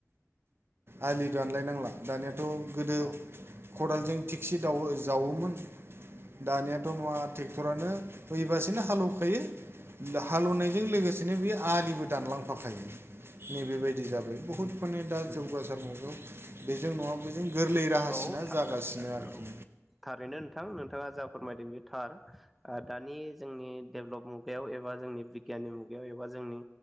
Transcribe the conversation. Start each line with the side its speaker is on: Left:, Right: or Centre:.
Right: आलि दानलायनांला दानियाथ' गोदो
Centre: औ
Right: खदालजों थिकसि दावो जावोमोन दानियाथ' मा ट्रेक्टरानो ऐबासेनो हालौ खायो हालौ नायजों लोगोसेनो बे आलिबो दानलांफाखायो नैबेबायदि जाबाय बहुत माने दा
Centre: औ
Right: जौगासार मुगायाव बेजों नङा बैजों गोरलै राहासिना
Centre: औ था
Right: जागासिनो आरोखि
Centre: औ थारैनो नोंथां नोंथाङा जा फोरमायदों बे थार दानि जोंनि डेभेलप मुगायाव एबा जोंनि बिगियाननि मुगायाव एबा जोंनि